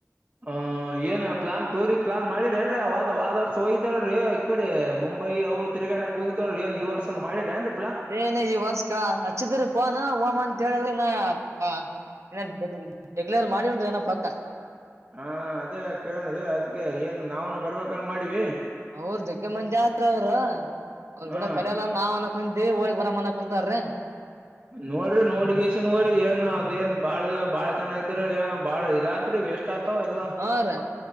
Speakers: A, on the right; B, on the right.
A: ಹ ಏನ್ ಪ್ಲಾನ್ ತೋರಿ ಪ್ಲಾನ್ ಮಾಡಿರಿೇನ್ರಿ ಅವ ವ್ ವರ್ಷ ಹೋಗತಳೀ ಈ ಕಡೆ ೈ <unintelligible> ಅವು ತಿರುಗಾಡಕ್ ಹೋಗ್ವ್ರ ಏನ್ ಈ ವರ್ಷ ಒಂದ ಮಾಡಿದ ಏನ್ರಿ
B: ಅೇನ <unintelligible> ಈ ವಾರ್ಷಿಕಾ ಹಚ್ಚಿದ ಫೋನು ಅಂತ ಹೇಳಿದ್ರ ಇ ಡಿಕ್ಲೇರ್ ಮಾಡಿಲ್ಿ ನ ಪಾತ <unintelligible>
A: ಹಾ ಅದೇ ಕೇಳನ್ಿ ಅದಕ್ಕೆ ಏನ್ ನಾವನು ಬರ್ಬೇಕನ್ ಮಾಡ್ಿವ
B: ಅವ್ರ ಜಗ್ಗೆ ಮಂದಿ ಆದ್ರ ಅವ್ರು ಅವರು
A: ಹಾ
B: ಕೂಡ ಕಡಿಯಲ್ಲ ನಾವ್ ಅನ್ಕಂತೀವಿ ಹೋಗಿ ಬರ ಅಕವಿ ಬರ್ರ <unintelligible>
A: ನೋಡ್ರಿ ನೋಡ್ಗಸನ್್ರರಿ <unintelligible> ಏನ್ ಅದ ಏನ್ ಬಾಳ ಬಾಳ್ ಚೆನ ಐತ್ರಿ ಏನ್ ಬಾಳ ಇದತ್ರಿ ವಸ್ಟ್ ಆತ್ ತಾವ <unintelligible> ಎಲ್ಲ
B: ಹಾ ರೀ